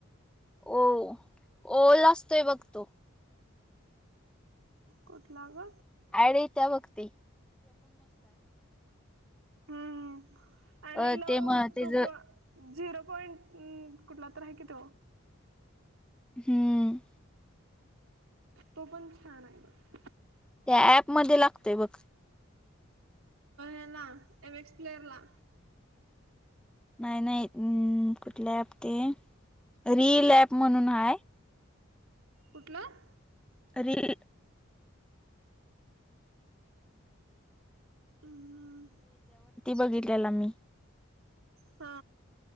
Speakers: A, in the centre; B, on the right (about 85°).
A: हो ओल असतोय बघ तो.
B: कुठला ग.
A: ऍड येतीया बघ ती
B: हम्म आणि
A: अ
B: लव
A: ते म तेज
B: टूप झिरो पॉईंट कुठला तर आहे की तो
A: हम्म.
B: तो पण छान हाय.
A: त्या ऍप मध्ये लागतोय बघ.
B: याला एम एक्स प्लेयर ला
A: नाही नाही अम् कुठलं ऍप ते रील ॲप म्हणून हाय,
B: कुठलं?
A: अे <unintelligible>
B: हम्म
A: बघितल्याला मी.
B: हा